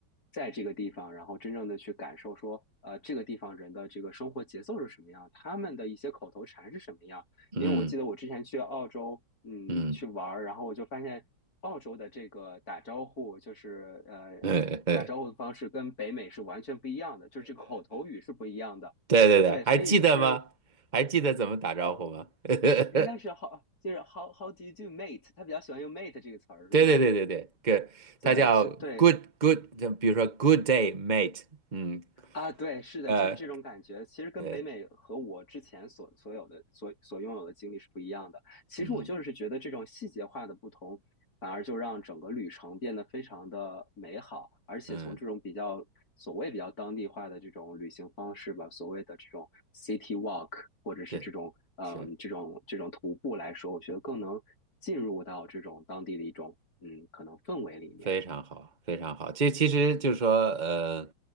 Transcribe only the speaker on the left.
在这个地方，然后真正的去感受说，呃，这个地方人的这个生活节奏是什么样，他们的一些口头禅是什么样，
因为我记得我之前去澳洲，嗯，
去玩儿，
然后我就发现澳洲的这个打招呼，就是呃，
打招呼的方式跟北美是完全不一样的，就是这个口头语是不一样的。
对，
所以就是
呃，
应该是 how 就是 how how do you do mate，他比较喜欢用 mate 这个词儿是吗？
对，
这对
啊，对，是的，
就是这种感觉。其实跟北美和我之前所所有的所所拥有的经历是不一样的。
其实我就是觉得这种细节化的不同，
反而就让整个旅程变得非常的美好。而且从这种比较所谓比较当地化的这种旅行方式吧，
所谓的这种 city walk，或者是这种嗯这种这种徒步来说，
我觉得更能进入到这种当地的一种嗯可能氛围里面。